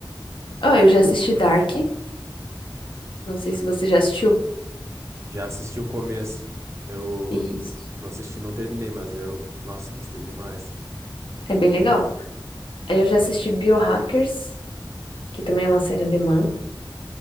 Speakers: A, on the left (about 75°); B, on the right (about 35°).
A: Oh, eu já assisti Dark. Não sei se você já assistiu.
B: Já assisti o começo. Eu
A: Isso.
B: não assisti, não terminei, mas eu, nossa, gostei demais.
A: É
B: Muito
A: bem legal.
B: mesmo.
A: Aí Eu
B: Aham,
A: já assisti Biohackers. que também é uma série alemã.